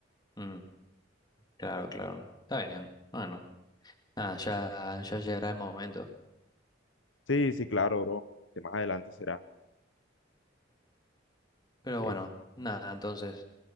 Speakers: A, on the left; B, on the left.
A: Mm, claro, claro. Está bien. Bueno, nada, ya, ya llegará el momento.
B: Sí, sí, claro, bro. Que más adelante será.
A: Pero
B: Eh,
A: bueno, nada, entonces,